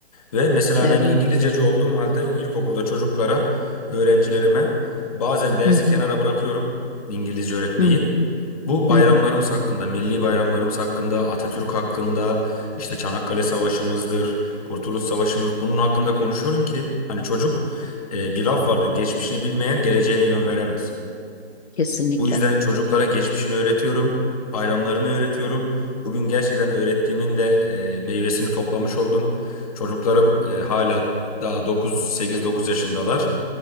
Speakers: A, on the left (about 35°); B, on the left (about 65°).
A: Ve mesela
B: Evet.
A: ben İngilizceci olduğum halde ilkokulda çocuklara, öğrencilerime bazen dersi
B: Hı hı.
A: kenara bırakıyorum İngilizce öğretmeyi.
B: Hı hı.
A: Bu bayramlarımız
B: Hı hı.
A: hakkında, milli bayramlarımız hakkında, Atatürk hakkında, işte Çanakkale Savaşımızdır, Kurtuluş Savaşımız bunun hakkında konuşuyorum ki hani çocuk e, bir laf vardı geçmişini bilmeyen geleceğine yön veremez.
B: Kesinlikle.
A: Bu yüzden çocuklara geçmişini öğretiyorum, bayramlarını öğretiyorum. Bugün gerçekten öğrettiğimin de e, meyvesini toplamış oldum. Çocuklarım e, hala daha 9, 8-9 yaşındalar